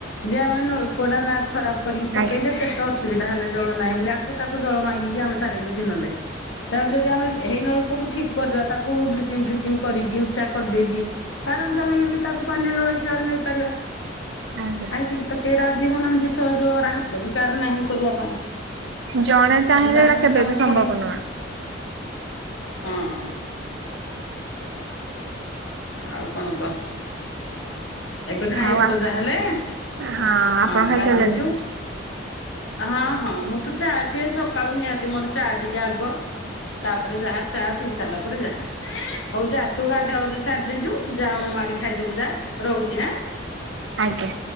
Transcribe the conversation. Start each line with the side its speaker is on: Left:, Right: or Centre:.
Left: ଯେ ଆମେ ନଳକୂଅ ଟା ନା ଖରାପ୍ କରିକି ପକେଇଛେ
Right: ଆଜ୍ଞା
Left: କେତେ ଅ ଅସୁବିଧା ହେଲେ ଜଳ ନାହିଁ ବୋଲି ଆକୁ ତାକୁ ଜଳ ମାଗିକି ଆମେ ସାରିଲୁ ଦିନଟେ। ତା ପରେ ଯଦି ଆମେ ହେଇ ନଳକୂଅକୁ ଠିକ୍ କରିଦେବା ତାକୁ ବ୍ଲିଚିଂ ଫ୍ଲିଚିଙ୍ଗ୍ କରିକି ଉଚ୍ଚା କରିଦେଇକି। ଆରାମସେ ଆମେ ବି ତାକୁ ପାନୀୟ ଜଳ ହିସାବରେ ନେଇପାରିବା।
Right: ଆଜ୍ଞା।
Left: ଆ ଏତିକି ତ କେହି ରାଜି ହଉନାହାନ୍ତି ସହଯୋଗର ହାତ ବି କାହାର ନାହିଁ କରିବା ପାଇଁ।
Right: ଜଣେ ଚାହିଁଲେ
Left: ଯାହା
Right: ଏଟା
Left: ଯେମିତି
Right: କେବେ
Left: କାମ
Right: ବିି ସମ୍ଭବ
Left: ପଡିଛି
Right: ନୁହେଁ।
Left: ହଁ। ଆଉ କଣ କହ? ଏବେ ଖାଇବୁ
Right: ଆଉ
Left: ତ ଯାହାହେଲେ,
Right: ହଁ ଆପଣ
Left: ହଁ
Right: ଖାଇସାରିଲେଣି?
Left: ଗାଧେଇଛୁ। ହଁ ହଁ, ମୁଁ ତ ଚା ପିଏ ସକାଳୁ ନିହାତି ମୋର ଚା ଟିକେ ଆଗ। ତାପରେ ଯାହା ଚା ପିଇ ସାରିଲା ପରେ ଯାହା। ହଉ ଯା ତୁ ଗାଧୁଆ ଗାଧି ସାରି ଦେଇଛୁ, ଯା ମୋ ମାଆ ଟି ଖାଇଦବୁ ଯା ରହୁଛି ହାଁ?
Right: ଆଜ୍ଞା।